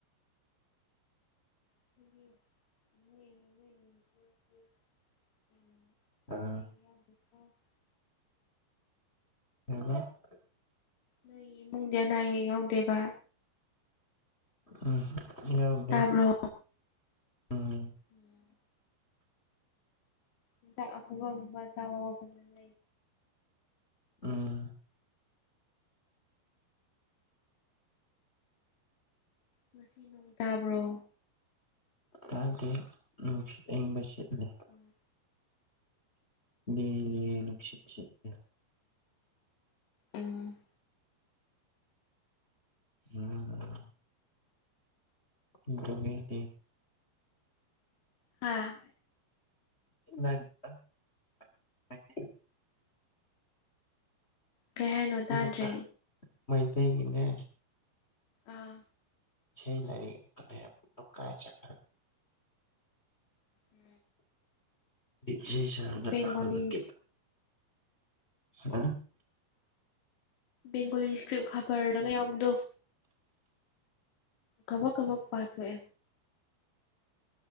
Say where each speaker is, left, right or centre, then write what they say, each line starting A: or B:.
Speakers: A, on the left (about 70°); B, on the left (about 20°).
A: ꯃ ꯃ ꯎ <unintelligible>
B: ꯑꯣ꯫
A: <unintelligible>
B: ꯉꯥꯏꯈꯣ꯫
A: ꯅꯣꯏ ꯏꯃꯨꯡꯗ ꯑꯅꯥ ꯅꯥꯏꯌꯦꯛ ꯌꯥꯎꯗꯦꯕ꯫
B: ꯎꯝ ꯌꯥꯎꯗꯦ꯫
A: ꯇꯥꯕ꯭ꯔꯣ
B: ꯎꯝ
A: ꯎꯝ ꯍꯤꯗꯥꯛ ꯑꯐꯥꯕ ꯆꯥꯎ ꯐꯖꯅ <unintelligible>
B: ꯎꯝ꯫
A: ꯉꯁꯤ ꯅꯣꯡ ꯇꯥꯕ꯭ꯔꯣ꯫
B: ꯇꯗꯦ ꯅꯨꯡꯁꯤꯠ ꯑꯏꯪꯕ ꯁꯤꯠꯂꯦ꯫
A: ꯎꯝ
B: ꯂꯤꯔꯤ ꯂꯤꯔꯤ ꯅꯨꯡꯁꯤꯠ ꯁꯤꯠꯂꯤ꯫
A: ꯎꯝ꯫
B: ꯎꯝ꯫ ꯅꯈꯣꯏꯒꯤꯗꯤ꯫
A: ꯍꯥꯥ꯫
B: <unintelligible>
A: ꯀꯩ ꯍꯥꯏꯅꯣ
B: ꯑꯗꯨꯗꯨꯒ
A: ꯇꯥꯗ꯭ꯔꯦ
B: ꯃꯩꯇꯩꯒꯤꯅꯦ꯫
A: ꯑꯥ꯫
B: ꯏꯁꯩ ꯂꯩꯔꯤ ꯀꯥꯏ ꯆꯠ꯫
A: ꯎꯝ꯫
B: ꯏꯁꯩ ꯁꯛꯑꯒ
A: ꯕꯦꯡꯒꯣꯂꯤ
B: ꯇꯍꯥꯜꯂꯛ ꯀꯦ꯫ ꯑ꯫
A: ꯕꯦꯡꯒꯣꯂꯤ ꯏꯁꯀ꯭ꯔꯤꯞ ꯈꯕꯔꯗꯒ ꯌꯥꯎꯕꯗꯣ꯫ ꯀꯕꯛ ꯀꯕꯛ ꯄꯊꯣꯑꯦ꯫